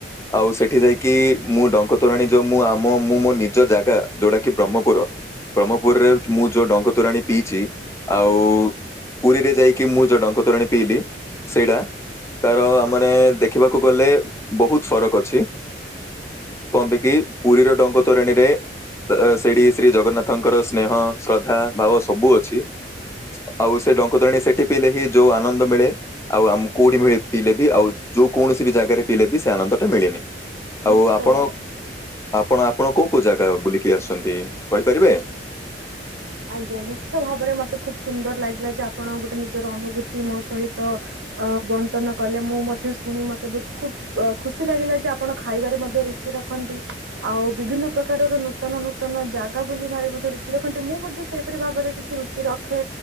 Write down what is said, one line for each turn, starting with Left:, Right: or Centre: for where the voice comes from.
Left: ଆଉ ସେଠି ଯାଇକି ମୁଁ ଡଙ୍କ ତୋରାଣି ଯୋଉ ମୁଁ ଆମ ମୁଁ ମୋ ନିଜ ଜାଗା ଯୋଉଟା କି ବ୍ରହ୍ମପୁର ବ୍ରହ୍ମପୁ। ପୁରୀରେ ମୁଁ ଯୋଉ ଡଙ୍ଗ ତୋରାଣୀ ପିଇଛି। ଆଉ ପୁରୀରେ ଯାଇକି ମୁଁ ଯୋଉ ଡଙ୍ଗତୋରାଣୀ ପିଇଲି ସେଇଟା ତାର ଆମେ ନଦେଖିବାକୁ। କୁ ଗଲେ ବହୁତ୍ ଫରକ୍ ଅଛି। କଣ ପାଇଁ କି ପୁରୀର ଡଙ୍କ ତୋରଣୀରେ ଅ ସେଠି ଶ୍ରୀ ଜଗନ୍ନାଥଙ୍କର ସ୍ନେହ, ଶ୍ରଦ୍ଧା ଭାବ ସବୁ ଅଛି। ଆଉ ସେ ଡଙ୍କତୋରଣୀ ସେଠି ପିଇଲେ ହିଁ ଯୋଉ ଆନନ୍ଦ ମିଳେ ଆଉ ଆମ କୋଉଠି ପିଇଲେ ବି ଆଉ ଯୋଉ କୌଣସି ବି ଜାଗାରେ ପିଇଲେ ବି ସେ ଆନନ୍ଦଟା ମିଳେନି।
Right: ନିଶ୍ଚିତ
Left: ଆଉ ଆପଣ
Right: ଭାବରେ
Left: -ଆପଣ -ଆପଣ କୋଉ କୋଉ ଜାଗା ବୁଲିକି ଆସିଛନ୍ତି କହିପାରିବେ?
Right: ଆଜ୍ଞା ନିଶ୍ଚିତ ଭାବରେ ମତେ ଖୁବ ସୁନ୍ଦର ଲାଗିଲା ଯେ ଆପ ଆପଣ ଗୋଟେ ନିଜର ଅନୁଭୂତି ମୋ ସହିତ ଅ ବଣ୍ଟନ କଲେ। ମୁଁ ମଧ୍ୟ ଶୁଣି ମତେ ବହୁତ ଖୁବ ଅ ଖୁସି ଲାଗିଲା ଯେ ଆପଣ ଖାଇବାରେ ମଧ୍ୟ ରୁଚି ରଖନ୍ତି। ଆଉ ବିଭିନ୍ନ ପ୍ରକାରର ନୂତନ ନୂ ନୂତନ ଜାଗା ବୋଲି ଭାରି ରୁଚି ରଖନ୍ତି। ମୁଁ ମ ସେପରି ଭାବରେ କିଛି ରୁଚି ରଖେ